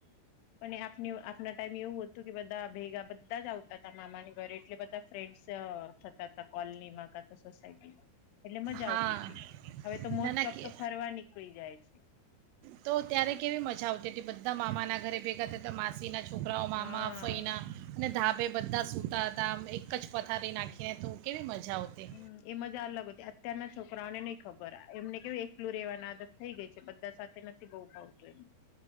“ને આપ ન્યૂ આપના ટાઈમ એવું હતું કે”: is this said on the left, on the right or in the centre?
Left